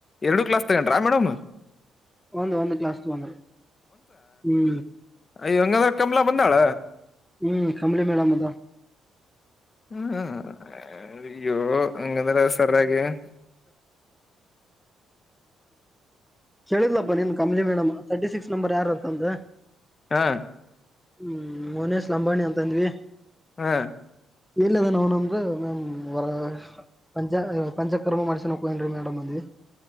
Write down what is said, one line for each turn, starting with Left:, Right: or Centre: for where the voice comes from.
Left: ಎರಡು ಕ್ಲಾಸ್ ತಗೊಂಡ್ರಾ ಮೇಡಮ್
Centre: ಒಂದು ಒಂದು ಕ್ಲಾಸ್ ತಗೊಂಡರು ಹ್ಮ್
Left: ಅಯ ಹಂಗಂದ್ರ ಕಮಲ ಬಂದಾಳ
Centre: ಹ್ಮ್ ಕಂಬಲಿ ಮೇಡ್ ಅದ
Left: <unintelligible>
Centre: ಕೇಳಿದ್ಲಪ್ಪ ನೀನ್ Kamali madam thirty six number ಯಾರಂತ ಅಂತ
Left: ಹಾಂ
Centre: ಹ್ಮ್ ಮೋನೇಶ್ ಲಂಬಾಣಿ ಅಂತಂದ್ವಿ
Left: ಹ್ಮ
Centre: ಎಲ್ಲ ಅದ ಅವನಂದ್ರ ಮ್ ಓರ್ಗ್ ಪಂಚ ಪಂಚ ಕರ್ಮ ಮಾಡ್ಸಕನ್ರೀ ಮೇಡಮ್ ಅಂದವಿ